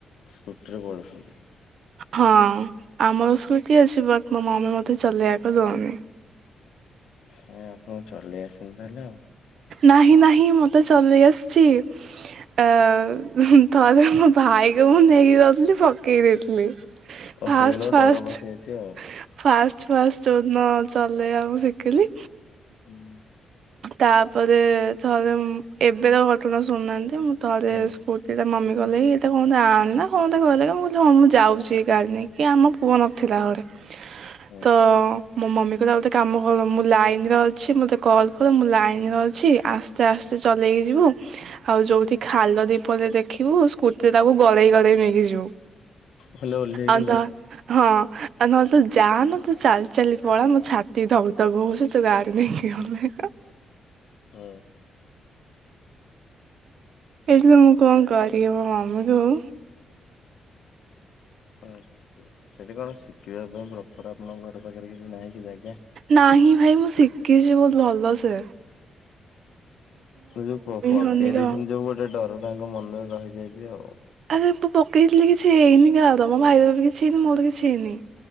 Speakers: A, on the left; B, on the right.
A: ସ୍କୁଟି ରେ ପଳଉଛନ୍ତି ।
B: ହଁ ଆମର ସ୍କୁଟି ଅଛି ।ବଟ୍ ମୋ ମାମି ମତେ ଚଲେଇବାକୁ ଦଉନି ।
A: ନାଇଁ ଆପଣ ଚଲେଇ ଆସିନି ତାହେଲେ ଆଉ ।
B: ନାହିଁ ନାହିଁ ମତେ ଚଲେଇ ଆସିଛି। ଆ ଥରେ ମୋ ଭାଇକୁ ମୁଁ ନେଇିକି ଯାଉଥିଲି ପକେଇ ଦେଇଥିଲି।
A: ଓ
B: ଫାଷ୍ଟେ
A: ସେଇଦିନ
B: ଫାଷ୍ଟେ
A: ଡର ପଶିଯାଇଛି ଆଉ।
B: ଫାଷ୍ଟେ ଫା ଯଉଦିନ ଚଲେଇବା ମୁଁ ଶିଖିଲି
A: ହୁଁ
B: ତାପରେ ଥରେ ଏବେ ର ଘଟଣା ଶୁଣୁନାହାନ୍ତି। ମୁଁ ଥରେ
A: ହୁଁ
B: ସ୍କୁଟିରେ ମମି ଗଲେକି ମତେ କହନ୍ତି ଆଣେନା ହଁ କହିଲେ କି ମୁଁ କହିଲି ମୁଁ ଯାଉଛି ଗାଡ଼ି ନେଇକି ଆମ ପୁଅ ନଥିଲା ଘରେ।
A: ହୁଁ
B: ତ ମୋ ମମି କହିଲା ଗୋଟେ କାମ କର ମୁଁ ଲାଇନରେ ଅଛି ମତେ କଲ୍ ମୁଁ ଲାଇନ ରେ ଅଛି ଆସ୍ତେ ଆସ୍ତେ ଚଲେଇକି ଯିବୁ ଆଉ ଯୋଉଠି ଖାଲ ଢିପ ଟେ ଦେଖିବୁ ସ୍କୁ ସେ ତାକୁ ଗଡେଇ ଗଡେଇ ନେଇକି ଯିବୁ।
A: ହେଲେ ଓହ୍ଲେଇକିନା
B: ଆଉ ତ ହଁ ଆ ନହେଲେ ତୁ ଯାଆନା ତୁ ଚାଲି ଚାଲି ପଳା। ମୋ ଛାତି ଧକଧକ ହଉଛି। ତୁ ଗାଡି ନେଇକି ହଁ ନାହିଁ ତ
A: ହଁ।
B: ଏଇଠି ତ ମୁଁ କଣ କରି ମୋ ମମି ଯୋଉ
A: ଆଚ୍ଛା ସେଠି କଣ ଶିଖିବା ପାଇଁ ପ୍ରପର୍ ଆପଣଙ୍କ ଘର ପାଖରେ କିଛି ନାହିଁ? କି ଜାଗା?
B: ନାହିଁ ଭାଇ ମୁଁ ଶିଖିଚି ବହୁତ ଭଲ ସେ।
A: ତ ଯୋଉ ପ-ପକେଇ
B: ହନିକ
A: ଦେଇଛନ୍ତି ଯୋଉ ଗୋଟେ ଡର ତାଙ୍କ ମନରେ ରହିଯାଇଚି ଆଉ।
B: ଆରେ ମୁୁଁ ପକେଇଥିଲି କିଛି ହେଇନି କାହାର। ମୋ ଭାଇର ବି କିଛି ହେଇନି ମୋର କିଛି ହେଇନି।